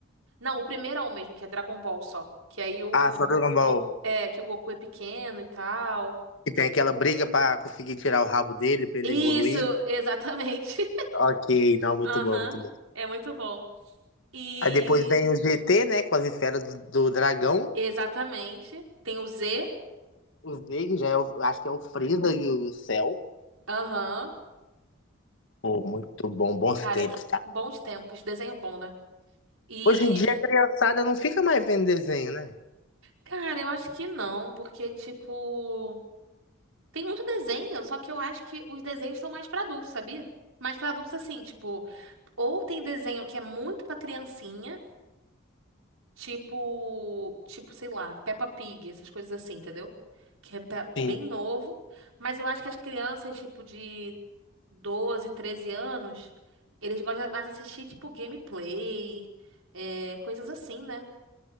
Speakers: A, on the right; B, on the left.
A: Não, o primeiro é o mesmo, que é Dragon Ball só. Que aí o,
B: Ah, só Dragon
A: o
B: Ball.
A: Goku... É, que o Goku é pequeno e tal.
B: Que tem aquela briga para conseguir tirar o rabo dele, para ele
A: Isso,
B: evoluir.
A: exatamente. <laughs>
B: Ok, não, muito
A: Aham,
B: bom, muito bom.
A: é muito bom. E...
B: Aí depois vem o GT, né, com as esferas do, do dragão.
A: Exatamente. Tem o Z.
B: Os negros já é o, acho que é o Frieza e o Cell.
A: Aham.
B: Pô, muito bom, bons
A: Cara,
B: tempos,
A: que
B: tá?
A: bons tempos, desenho bom, né? E,
B: Hoje em dia a criançada não fica mais vendo desenho, né?
A: cara, eu acho que não, porque, tipo, tem muito desenho, só que eu acho que os desenhos são mais pra adultos, sabia? Mais pra adultos, assim, tipo, ou tem desenho que é muito pra criancinha, tipo, tipo, sei lá, Peppa Pig, essas coisas assim, entendeu? Que é pra- bem
B: Sim.
A: novo, mas eu acho que as crianças, tipo, de 12, 13 anos, eles gostam mais de assistir, tipo, gameplay, é, coisas assim, né?